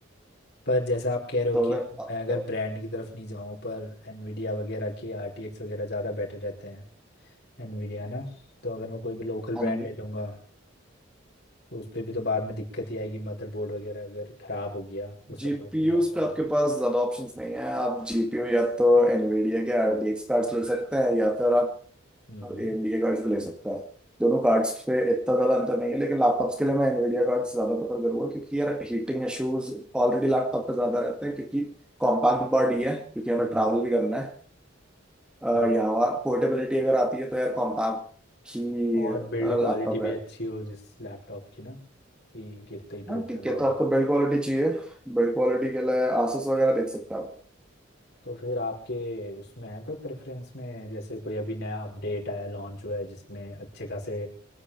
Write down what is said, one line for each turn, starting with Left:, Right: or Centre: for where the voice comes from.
Left: पर जैसा आप कह रहे हो
Centre: तो
Left: कि
Centre: अगर
Left: मैं अगर ब्रांड की तरफ नहीं जाऊँ पर एनवीडिया वगैरह के आरटीएक्स वगैरह ज़्यादा बेटर रहते हैं एनवीडिया ना तो अगर मैं कोई भी लोकल ब्रांड
Centre: हाँ जी
Left: ले लूँगा तो उस पे भी तो बाद में दिक्कत ही आएगी मदरबोर्ड वगैरह अगर खराब हो गया वो सपोर्ट
Centre: जीपीयूज
Left: नहीं कर पाया
Centre: पे आपके पास ज्यादा ऑप्शंस नहीं है आप जीपीयू या तो एनवीडिया के आरटीएक्स कार्ड्स ले सकते हैं या फिर आप
Left: हम्म हम्म
Centre: एएमडी के कार्ड्स भी ले सकता है दोनों कार्ड्स पे इतना ज्यादा अंतर नहीं है लेकिन लैपटॉप्स के लिए मैं एनवीडिया कार्ड्स ज्यादा प्रेफर करूंगा क्योंकि यार हीटिंग इश्यूज ऑलरेडी लैपटॉप पे ज्यादा रहते हैं क्योंकि कॉम्पैक्ट बॉडी है क्योंकि हमें
Left: हम्म,
Centre: ट्रैवल भी करना है और
Left: हाँ
Centre: यहाँ पोर्टेबिलिटी अगर आती है तो यार कॉम्पैक्ट ही
Left: और
Centre: लैपटॉप
Left: बिल्ड क्वालिटी
Centre: है
Left: भी अच्छी हो जिस लैपटॉप की ना कि गिरते ही
Centre: हाँ
Left: टूट
Centre: ठीक
Left: ना जाए
Centre: है तो आपको बिल्ड क्वालिटी चाहिए बिल्ड क्वालिटी के लिए आसूस वगैरह देख सकते हैं आप
Left: तो फिर आपके उसमें है कोई प्रेफरेंस में जैसे कोई अभी नया अपडेट आया लॉन्च हुआ है जिसमें अच्छे खासे